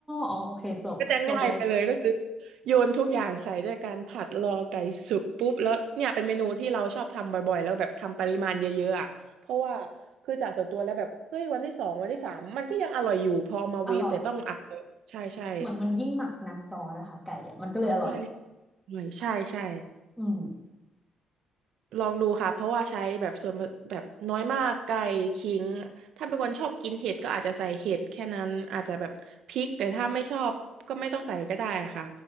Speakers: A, in the centre; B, on the right.
A: อ๋อโอเคจบจบเลย
B: ก็จะง่ายไปเลยก็คือโยนทุกอย่างใส่ด้วยการผัดรอไก่สุกปุ๊บแล้วเนี่ยเป็นเมนูที่เราชอบทำบ่อยๆแล้วแบบทำปริมาณเยอะๆอ่ะเพราะว่าคือจากส่วนตัวแล้วแบบเฮ้ยวันที่สองวันที่สามมันก็ยังอร่อยอยู่พอเอามาเวฟแต่ต้องอัด
A: อร่อย
B: ใช่ใช่
A: เหมือนมันยิ่งหมักน้ำซอสอะค่ะไก่อะมันก็เลยอร่อย
B: ใช่อร่อยใช่ใช่
A: อืม
B: ลองดูค่ะเพราะว่าใช้แบบส่วนแบบน้อยมากไก่ขิงถ้าเป็นคนชอบกินเห็ดก็อาจจะใส่เห็ดแค่นั้นอาจจะแบบพริกแต่ถ้าไม่ชอบก็ไม่ต้องใส่ก็ได้ค่ะ